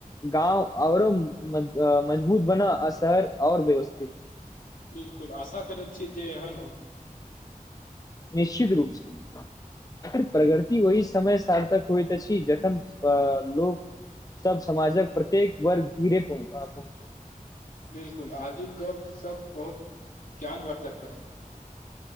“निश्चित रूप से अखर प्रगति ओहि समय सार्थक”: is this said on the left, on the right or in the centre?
Left